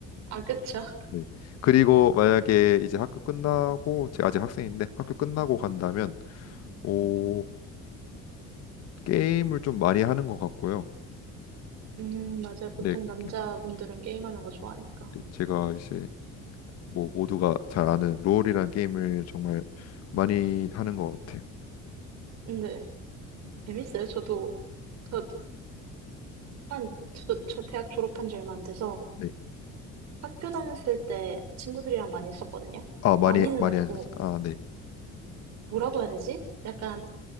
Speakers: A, on the right; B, on the left.
A: 아, 그쵸.
B: 네. 그리고 만약에 이제 학교 끝나고 제가 아직 학생인데 학교 끝나고 간다면 오, 게임을 좀 많이 하는 것 같고요.
A: 음, 맞아요. 보통
B: 네,
A: 남자분들은
B: 게-
A: 게임하는 거 좋아하니까.
B: 제가 이제 뭐 모두가 잘 아는 롤이라는 게임을 정말 많이 하는 것 같아요.
A: 근데 재밌어요. 저도 저 한, 저도 저 대학 졸업한 지 얼마 안 돼서
B: 네,
A: 학교 다녔을 때 친구들이랑 많이 했었거든요.
B: 아 많이
A: 많이는
B: 많이
A: 아니고
B: 하셔아 네,
A: 뭐라고 해야 되지? 약간